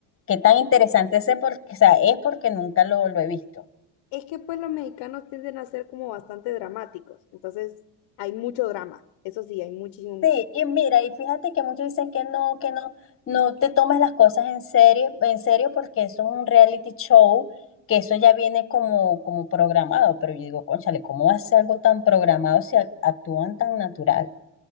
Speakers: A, on the left (about 25°); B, on the left (about 55°).
A: qué tan interesante es, porque, o sea, es porque nunca lo, lo he visto.
B: Es que pues los mexicanos tienden a ser como bastante dramáticos, entonces hay mucho drama, eso sí, hay muchísimo, muchísimo.
A: Sí, y mira, y fíjate que muchos dicen que no, que no, no te tomes las cosas en serio, en serio, porque eso es un reality show, que eso ya viene como, como programado, pero yo digo, cónchale, ¿cómo hace algo tan programado si a- actúan tan natural?